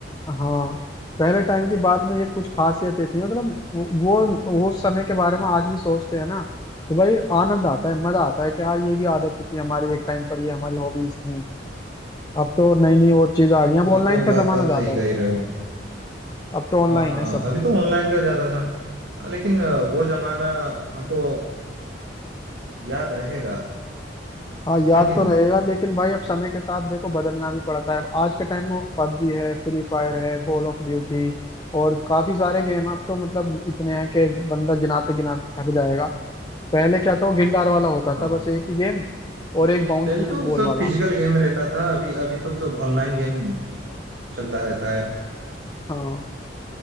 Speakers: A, on the left; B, on the right.
A: हाँ पहले टाइम की बात में ये कुछ खासियतें थी मतलब वो वो उस समय के बारे में आज भी सोचते हैं ना तो भाई आनंद आता है मजा आता है कि यार ये भी आदतें थी हमारी एक टाइम पर ये हमारी हॉबीज थी अब तो नई नई और चीज
B: हाँ,
A: आ गई अब
B: वो
A: ऑनलाइन
B: तो
A: का
B: बात
A: जमाना
B: आप
A: ज्यादा
B: सही कह
A: है
B: रहे हो
A: अब तो ऑनलाइन
B: हाँ हाँ
A: है सब
B: अभी तो ऑनलाइन का ज्यादा सर लेकिन अ, वो जमाना हमको याद रहेगा
A: हाँ याद
B: है कि नहीं
A: तो रहेगा लेकिन भाई अब समय के साथ देखो बदलना भी पड़ता है आज के टाइम में पबजी है फ्री फायर है कॉल ऑफ ड्यूटी और काफी सारे गेम अब तो मतलब इतने हैं कि बंदा गिनाते गिनाते थक जाएगा पहले क्या था वो गिनदार वाला होता
B: हाँ हाँ
A: था बस
B: हाँ।
A: एक ही गेम और एक बाउंस
B: पहले
A: बैक
B: तो
A: बॉल
B: सब
A: वाला
B: फिजिकल गेम रहता था अभी अभी तो सब ऑनलाइन गेम अ, चलता रहता है
A: हाँ